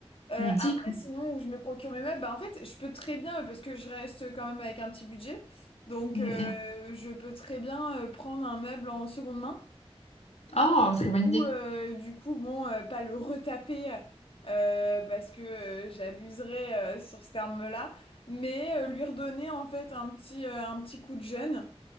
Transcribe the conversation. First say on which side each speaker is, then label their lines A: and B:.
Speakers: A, on the left; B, on the left.
A: euh,
B: ludique.
A: après, sinon, où je me procure mes meubles, bah, en fait, je peux très bien, euh, parce que je reste quand même avec un petit budget, donc
B: Mhm.
A: euh, je peux très bien euh, prendre un meuble en seconde main,
B: Oh, très bonne
A: ou
B: idée.
A: euh, du coup, bon, euh, pas le retaper, euh, parce que euh, j'abuserais euh, sur ce terme-là, mais euh, lui redonner en fait un petit, euh, un petit coup de jeune.